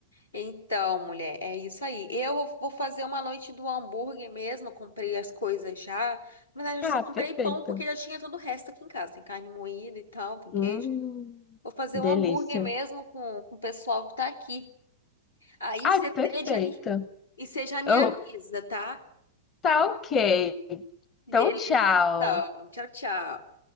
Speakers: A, on the left; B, on the left.
A: Então, mulher, é isso aí. Eu vou vou fazer uma noite do hambúrguer mesmo. Eu Comprei as coisas já. Na verdade, eu
B: Ah,
A: só comprei
B: perfeito.
A: pão porque já tinha todo o resto aqui em casa. Tem carne moída e tal, tem queijo.
B: Hum,
A: Vou fazer um hambúrguer
B: delícia.
A: mesmo com, com o pessoal que tá aqui. Aí
B: Ai,
A: você pede
B: perfeito.
A: aí. E você já me
B: Eu,
A: avisa, tá?
B: tá ok. Então,
A: Beleza,
B: tchau.
A: então. Tchau, tchau.